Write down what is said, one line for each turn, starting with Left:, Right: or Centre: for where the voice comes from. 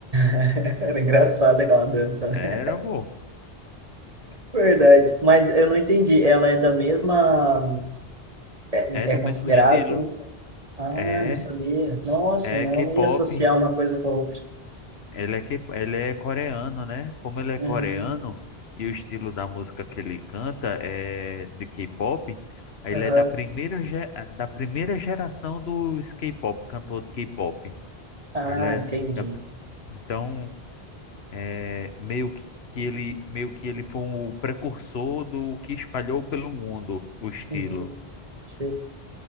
Right: <laughs> Era engraçada aquela dança, né?
Left: Era, vô.
Right: Verdade. Mas eu não entendi. Ela é da mesma. É,
Left: É do
Right: é considerado.
Left: mesmo estilo.
Right: Ah,
Left: É,
Right: não sabia. Nossa,
Left: é
Right: não
Left: K-pop.
Right: ia associar uma coisa com a outra.
Left: Ele é, que, ele é coreano, né? Como ele é
Right: Uhum.
Left: coreano e o estilo da música que ele canta é de K-pop, aí
Right: Aham.
Left: ele é da primeira, ge- da primeira geração dos K-pop, cantor de K-pop.
Right: Ah,
Left: Ele é
Right: entendi.
Left: da, então, é, meio que que ele, meio que ele foi o precursor do que espalhou pelo mundo o estilo.
Right: Uhum. Sim.